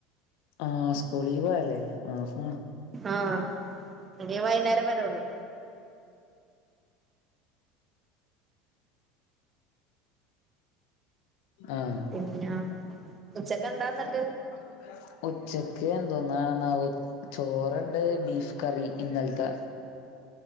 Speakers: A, on the left; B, on the right.
A: ആഹ സ്കൂളില് പോയല്ലേ ആഹ
B: ആഹ അ വൈകുന്നേരം വരള്ളു
A: ഉ ആഹ
B: പിന്നെ ഉച്ചക്കെന്താന്നിട്ട്
A: <inaudible> ഉച്ചക്ക് ഒക്കെ എന്തോന്നണെന്ന ചോറണ്ട് ബീഫ് കറി ഇന്നലത്തെ <inaudible>